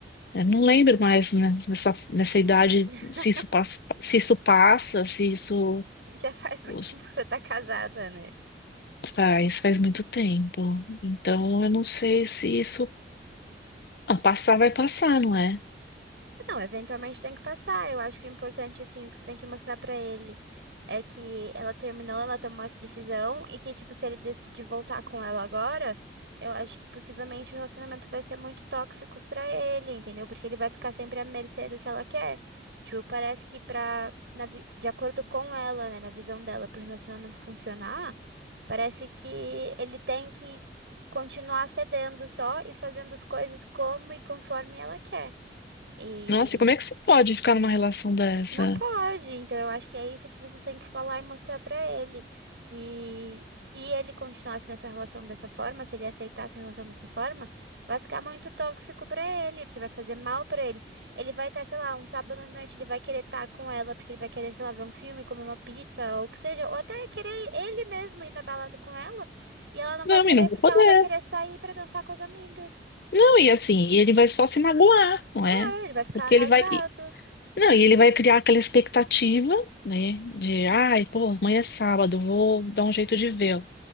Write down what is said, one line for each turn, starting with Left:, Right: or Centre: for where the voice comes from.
Left: eu não lembro mais, né, nessa, nessa idade
Right: <laughs>
Left: se isso passa, se isso passa, se isso
Right: Já faz muito
Left: os-
Right: tempo que você tá casada, né?
Left: faz, faz muito tempo. Então, eu não sei se isso. Ah, passar vai passar, não é?
Right: Não, eventualmente tem que passar. Eu acho que o importante, assim, o que você tem que mostrar pra ele é que ela terminou, ela tomou essa decisão e que, tipo, se ele decidir voltar com ela agora, eu acho que possivelmente o relacionamento vai ser muito tóxico pra ele, entendeu? Porque ele vai ficar sempre à mercê do que ela quer. Tipo, parece que pra, na vi- de acordo com ela, né, na visão dela, pro relacionamento funcionar, parece que ele tem que continuar cedendo só e fazendo as coisas como e conforme ela quer. E
Left: Nossa, e como é que você pode ficar numa relação dessa?
Right: não pode, então eu acho que é isso que você tem que falar e mostrar pra ele, que se ele continuasse nessa relação dessa forma, se ele aceitasse a relação dessa forma, vai ficar muito tóxico pra ele, porque vai fazer mal pra ele. Ele vai estar, sei lá, um sábado à noite, ele vai querer estar com ela, porque ele vai querer, sei lá, ver um filme, comer uma pizza, ou o que seja, ou até querer ele mesmo ir na balada com ela, e ela não
Left: Não,
Right: vai querer
Left: e não vai
Right: porque
Left: poder.
Right: ela vai querer sair pra dançar com as amigas.
Left: Não, e assim, e ele vai só se magoar, não
Right: Claro,
Left: é?
Right: ele vai ficar
Left: Porque
Right: arrasado.
Left: ele vai. e- Não, e ele vai criar aquela expectativa, né? De, ai, pô, amanhã é sábado, vou dar um jeito de vê-lo.